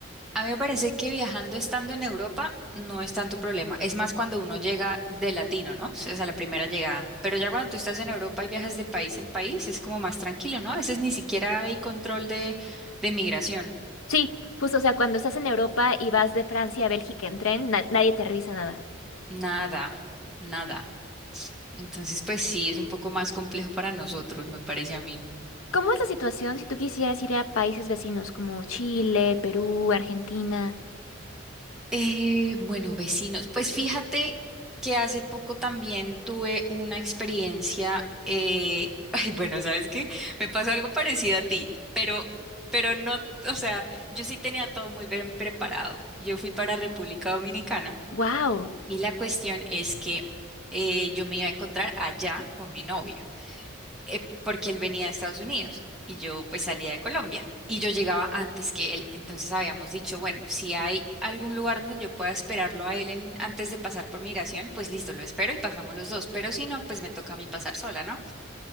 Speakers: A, in the centre; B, on the left.
A: a mí me parece que viajando estando en Europa no es tanto problema. Es más cuando uno llega de latino, ¿no? O sea, la primera llegada. Pero ya cuando tú estás en Europa y viajas de país en país, es como más tranquilo, ¿no? A veces ni siquiera hay control de, de migración.
B: Sí, justo, o sea, cuando estás en Europa y vas de Francia a Bélgica en tren, na- nadie te revisa nada.
A: Nada, nada. Entonces, pues sí, es un poco más complejo para nosotros, me parece a mí.
B: ¿Cómo es la situación si tú quisieras ir a países vecinos como Chile, Perú, Argentina?
A: Eh, bueno, vecinos, pues fíjate que hace poco también tuve una experiencia, eh, <laughs> ay, bueno, ¿sabes qué? Me pasó algo parecido a ti, pero, pero no, o sea, yo sí tenía todo muy bien preparado. Yo fui para República Dominicana
B: Wow.
A: y la cuestión es que eh, yo me iba a encontrar allá con mi novia. eh, porque él venía de Estados Unidos y yo pues salía de Colombia y yo llegaba antes que él. Entonces habíamos dicho, bueno, si hay algún lugar donde yo pueda esperarlo a él en- antes de pasar por migración, pues listo, lo espero y pasamos los dos, pero si no, pues me toca a mí pasar sola, ¿no?